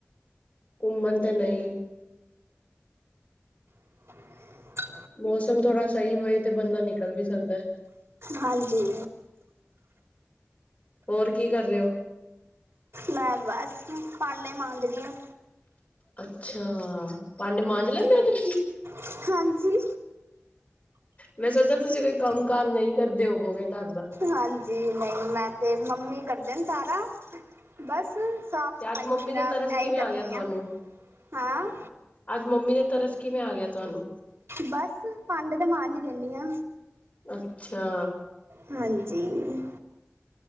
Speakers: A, on the left; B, on the right.
A: ਘੁੰਮਣ ਤੇ ਨਹੀਂ
B: <unintelligible>
A: ਮੌਸਮ ਥੋੜ੍ਹਾ ਸਹੀ ਹੋਏ ਤੇ ਬੰਦਾ ਨਿਕਲ ਵੀ ਸਕਦਾ
B: ਹਾਂਜੀ।
A: ਹੋਰ ਕੀ ਕਰ ਰਹੇ ਹੋ
B: ਮੈਂ ਬਸ ਡਾਂਡੇ ਮਾਜ ਰਹੀ ਆ।
A: ਅੱਛਾ ਭਾਂਡੇ ਮਾਂਜ ਲੈਂਦੇ ਹੋ ਤੁਸੀਂ
B: ਹਾਂਜੀ
A: ਮੈਂ ਸੋਚਿਆ ਤੁਸੀਂ ਕੋਈ ਕੰਮ ਕਾਰ ਨਹੀਂ ਕਰਦੇ ਹੋਵੋਗੇ ਘਰ ਦਾ
B: ਹਾਂਜੀ ਨਹੀਂ ਮੈਂ ਤੇ ਮੰਮੀ ਕਰਦੇ ਨੇ ਸਾਰਾ ਬਸ ਸਾਫ
A: ਤੇ
B: ਸਫ਼ਾਈ
A: ਅੱਜ ਮੰਮੀ
B: ਵਗੈਰਾ
A: ਦੇ ਤਰਸ ਕਿਵੇਂ
B: ਇਹੀ ਕਰਨੀ
A: ਗਿਆ ਤੁਹਾਨੂੰ
B: ਆ ਹਾਂ।
A: ਅੱਜ ਮੰਮੀ ਦੇ ਤਰਸ ਕਿਵੇਂ ਆ ਗਿਆ ਤੁਹਾਨੂੰ
B: ਬਸ ਭਾਂਡੇ ਤਾਂ ਮਾਂਝ ਹੀ ਦਿੰਦੀ ਆ।
A: ਅੱਛਾ
B: ਹਾਂਜੀ ਜੀ